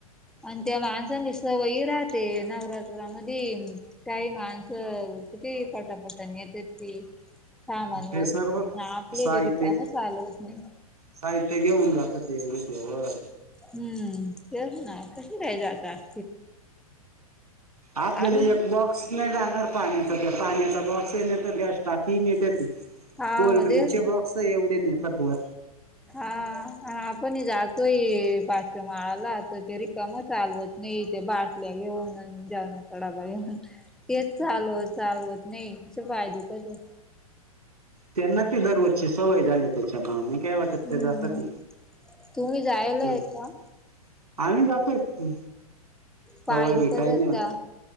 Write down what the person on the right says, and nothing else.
ते
सर्व
साहित्य
साहित्य घेऊन जातात ते, एवढे ते वर.
आपल्याली
यक बाॅक स नाही जाणार पाण्याचा. ते पाण्याचा बॉक्सही नेतात गेस्टा ती नेतेत ते.
कोल्ड्रिंकचे
बॉक्स एवढे नेतात वर.
त्यांना ती दररोजची सवय झालीये त्याच्यामुळं नाही काय वाट
एकट्या जातात
<unintelligible>
आम्ही जातोय की
सवय
बी काही
नाही होत.